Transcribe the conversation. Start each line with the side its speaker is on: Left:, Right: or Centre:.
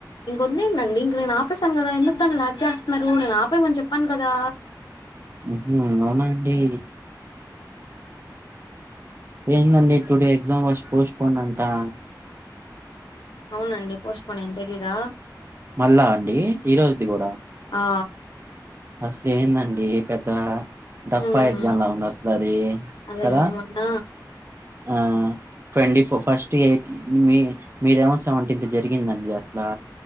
Left: వదిలేయండి ఇంక నేను ఆపేశాను కదా ఎందుకు దాన్ని లాగ్ చేస్తున్నారు నేను ఆపేయమని చెప్పాను కదా
Right: ఉహు అవునా అండి ఏందండి టుడే ఎగ్జామ్ ఫస్ పోస్ట్పోన్ అంటా
Left: అవునండి పోస్ట్ పోన్ అయ్యింది తెలీదా
Right: మళ్ళా అండి ఈరోజుది కూడా
Left: ఆ
Right: అసలే ఏందండి పెద్ద డఫ్ఫా
Left: మ్మ్
Right: ఎగ్జామ్ లా ఉంది అసలా అది
Left: అదే
Right: కదా
Left: మొన్న
Right: ఆ ట్వంటీ ఫోర్ ఫస్ట్ ఎయిటీ మీ మీరేమో సెవెంటీన్త్ జరిగిందండి అసలా